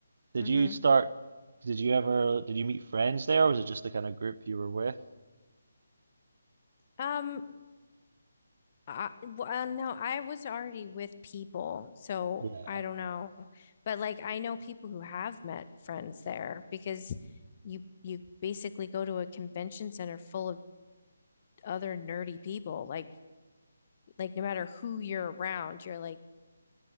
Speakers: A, on the right; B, on the left.
A: Did
B: hmm
A: you start? Did you ever? Did you meet friends there, or was it just the kind of group you were with?
B: Um, I, well, no, I was already with people, so
A: Yeah,
B: I don't know. But like, I know people who have met friends there because you you basically go to a convention center full of other nerdy people. Like, like no matter who you're around, you're like